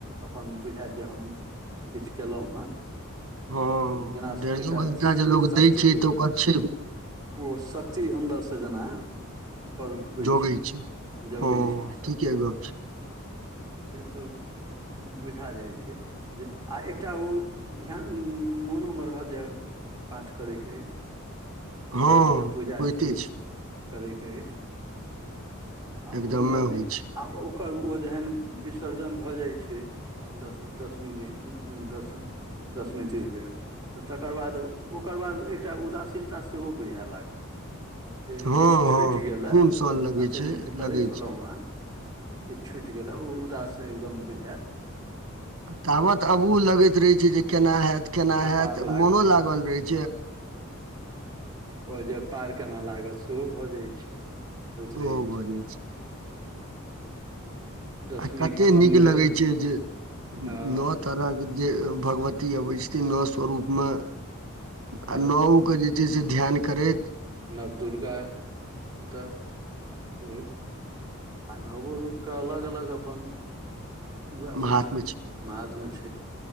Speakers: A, on the right; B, on the right.
A: अपन बुझायत जे हम किछु केलौ हँ
B: हँ
A: जेना
B: डेढ़
A: एकटा
B: दू घंटा
A: श
B: जे लोग
A: शक्त
B: दै छै तऽ ओकर छै
A: ओ शक्ति अन्दर से जेना ऊपर उठईछै
B: जोगै छै
A: जगै
B: हँ
A: छै शक्ति
B: ठीके गप छै
A: से तऽ बुझा जाइ छै जे आ एकटा ओ ध्यान मोनोमे रहय जे पाठ करयके अई भगवछी
B: हँ
A: के पूजा
B: होइते
A: छी
B: छै
A: करयके अछि आ
B: एकदमे
A: ओ नौ दि
B: होइ छै
A: आ ओकर ओ जहन विसर्जन भऽ जाइ छ दस दसमी दिन द दसमी तीर के तऽ तकर बाद ओकर बाद ए एकटा उदासीनता सेहो बुझाय लाग जे
B: हँ
A: किछु छूटि
B: हँ
A: गेलए
B: खून सन लगै
A: कतेक
B: छै
A: दिनसँ करै
B: लगै
A: छलहुँ
B: छै
A: हे कि छुटि गेलै ओ उदासँ एकदम बुझाय
B: तावत अबू लगैत रहे छै जे केना हयत केना हयत
A: पार लागत
B: मोनो लागल रहे छ
A: ओ जे पार केना लागत सेहो भऽ जाइत छ होइत
B: सेहो
A: रहै
B: भऽ
A: छै
B: जाइ
A: दसमी
B: आ कते
A: खतम
B: नीक
A: भेल
B: लगे छै जे
A: हँ
B: नओ तर भगवती अबै छथिन नओ स्वरूप मे
A: तऽ
B: आ नओ के ज चीज ध्यान करै
A: नवदुर्ग तऽ ओ आ नवो रूपके अलग अलग अप अथी
B: महात्म
A: छै महात्म छ